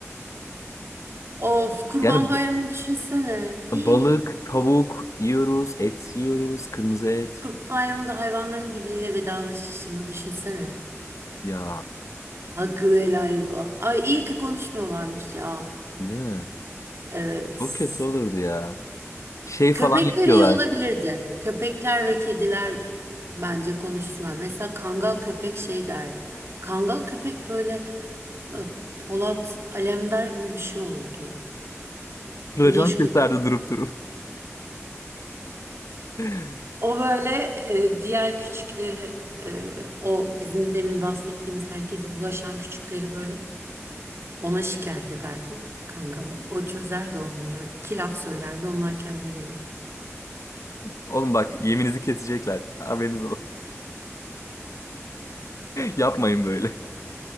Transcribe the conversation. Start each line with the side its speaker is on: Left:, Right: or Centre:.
Right: Of Kurban
Left: Yani
Right: Bayramı'nı
Left: b-
Right: düşünsene. <gasps> Hii.
Left: balık, tavuk yiyoruz, et yiyoruz, kırmızı et.
Right: Kurban Bayramı'nda hayvanların birbiriyle vedalaşışını düşünsene.
Left: Ya
Right: Hakkını helal et falan. Ay iyi ki konuşmuyorlarmış ya.
Left: değil mi?
Right: Evet.
Left: Çok kötü olurdu ya. Şey falan
Right: Köpekler
Left: yapıyorlar.
Right: iyi olabilirdi. Köpekler ve kediler bence konuşsunlar. Mesela kangal köpek şey der. Kangal köpek böyle e, Polat Alemdar gibi bir şey olurdu.
Left: Racon
Right: Güneş
Left: keserdi
Right: gö
Left: durup durup. <laughs>
Right: O böyle e, diğer küçükleri e, o bizim demin bahsettiğimiz herkese bulaşan küçükleri böyle ona şikayet ederdik kangala. O çözerdi onlara. İki laf söylerdi onlar kendine gelir.
Left: Oğlum bak yeminizi kesecekler. Haberiniz olsun. <laughs> Yapmayın böyle.